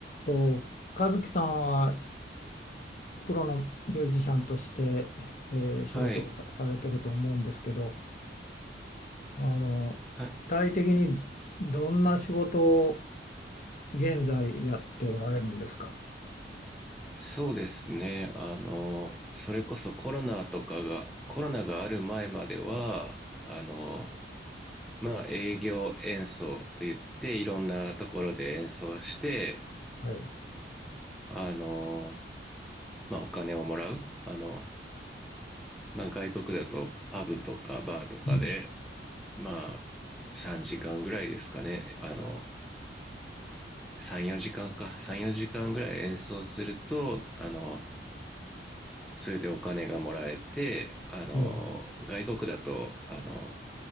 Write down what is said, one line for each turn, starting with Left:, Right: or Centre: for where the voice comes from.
Left: と、和樹さんはプロのミュージシャンとして、えー仕事をさ、
Centre: はい。
Left: されてると思うんですけど、あの、
Centre: はい。
Left: 具体的にどんな仕事を現在やっておられるんですか
Centre: そうですね。あの、それこそコロナとかが、コロナがある前までは、あの、まあ、営業演奏と言って、いろんなところで演奏して、
Left: はい。
Centre: あの、まあ、お金をもらう。あの、まあ、外国だとパブとかバーとかで、
Left: うん。
Centre: まあ、3時間ぐらいですかね。あの、3、4時間か。3、4時間ぐらい演奏すると、あの、それでお金がもらえて、あの、
Left: ええ、
Centre: 外国だと、あの、